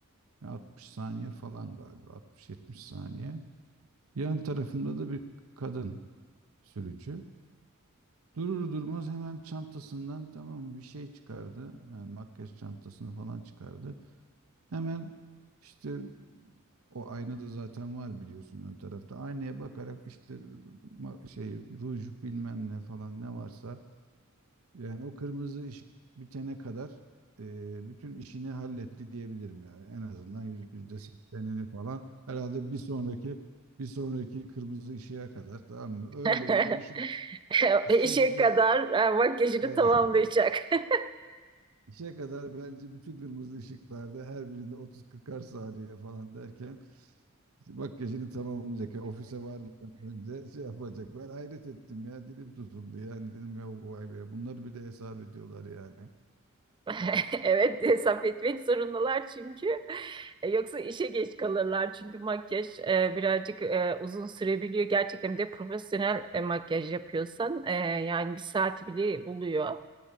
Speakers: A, on the right; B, on the right.
A: Ya 60 saniye falan galiba. 60-70 saniye. Yan tarafımda da bir kadın sürücü. Durur durmaz hemen çantasından tamam mı, bir şey çıkardı. Yani makyaj çantasını falan çıkardı. Hemen işte o ayna da zaten var biliyorsun ön tarafta. Aynaya bakarak işte ma- şey ruj bilmem ne falan ne varsa yani o kırmızı ışık bitene kadar e, bütün işini halletti diyebilirim yani. En azından yüz- yüzde seksenini falan herhalde bir sonraki bir sonraki kırmızı ışığa kadar tamam mı? Öyle
B: <laughs>
A: öyle işe işe
B: İşe
A: gidiyor.
B: kadar e, makyajını
A: <laughs>
B: tamamlayacak. <laughs>
A: İşe kadar bence bütün kırmızı ışıklarda her birinde 30-40'ar saniye falan derken işte makyajını tamamlayacak. ya ofise varmadan önce şey yapacak. Ben hayret ettim ya dilim tutuldu yani dedim ya vay be bunları bile hesap ediyorlar yani.
B: <laughs> Evet, hesap etmek zorundalar çünkü. E, Yoksa işe geç kalırlar. Çünkü makyaj e, birazcık e, uzun sürebiliyor. Gerçekten bir de profesyonel e, makyaj yapıyorsan e, yani bir saati bile buluyor.